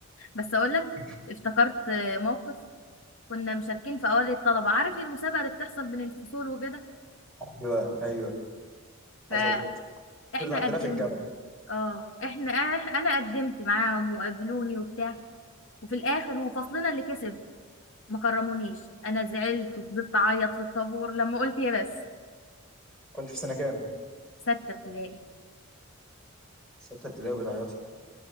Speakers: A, on the left (about 70°); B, in the centre.
A: بس اقول لك
B: <laughs>
A: افتكرت آه، موقف كنا مشاركين في اوائل الطلبه عارف المسابقه اللي بتحصل بين الفصول وكده
B: ايوه ايوه
A: فاحنا
B: حصلت صارت عندنا
A: قدمنا
B: في الجامعه
A: اه احنا انا قدمت معاهم وقابلوني وبتاع وفي الاخر وفصلنا اللي كسب ما كرمونيش انا زعلت وفضلت اعيط في الطابور لما قلت يا بس
B: كنت في سنه كام
A: ستة ابتدائي
B: سته ابتدائي وبتعيطي